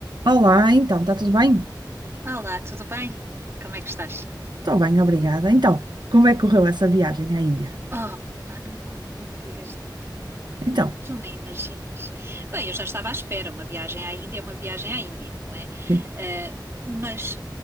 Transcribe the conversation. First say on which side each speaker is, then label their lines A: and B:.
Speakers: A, on the right; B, on the right.
A: Olá, então, está tudo bem?
B: Olá, tudo bem? Como é que estás?
A: Estou bem, obrigada. Então, como é que correu essa viagem à Índia?
B: Oh, pá, não me, con- não me digas nada.
A: Então,
B: Tu nem imaginas. Bem, eu já estava à espera. Uma viagem à Índia é uma viagem à Índia, não é?
A: Sim.
B: Eh, mas